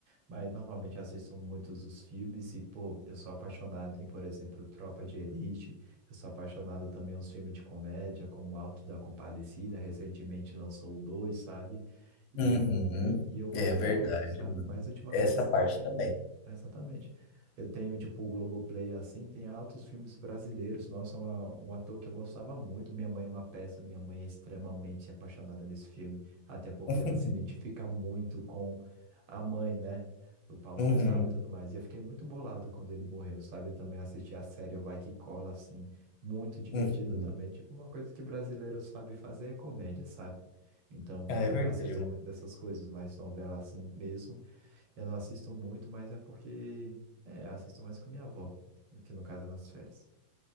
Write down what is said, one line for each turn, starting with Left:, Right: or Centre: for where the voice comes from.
Right: Mas normalmente eu assisto muitos dos filmes e, pô, eu sou apaixonado em, por exemplo, Tropa de Elite. Eu sou apaixonado também em uns filmes de comédia, como Alto da Compadecida. Recentemente lançou o dois, sabe? E
Left: Uhum,
Right: e eu gosto
Left: é verdade,
Right: muito, sabe?
Left: mano.
Right: Mas ultimamente
Left: Essa
Right: eu não tô
Left: parte
Right: te-
Left: também.
Right: Exatamente. Eu tenho, tipo, o Globoplay assim, tem altos filmes brasileiros. Nossa, uma- um ator que eu gostava muito. Minha mãe é uma peça, minha mãe é extremamente apaixonada nesse filme, até porque
Left: <laughs>
Right: ela se identifica muito com a mãe, né? Do Paulo
Left: Uhum,
Right: Gustavo e tudo mais. E eu fiquei muito bolado quando ele morreu, sabe? Eu também assisti a série Vai Que Cola, assim, muito divertida
Left: uhum.
Right: também. Tipo, uma coisa que brasileiro sabe fazer é comédia, sabe? Então,
Left: Ah,
Right: eu
Left: é verdade,
Right: assisto
Left: mano.
Right: muito dessas coisas, mas novela assim mesmo. Eu não assisto muito, mas é porque. É, eu assisto mais com minha avó, que no caso é nas férias.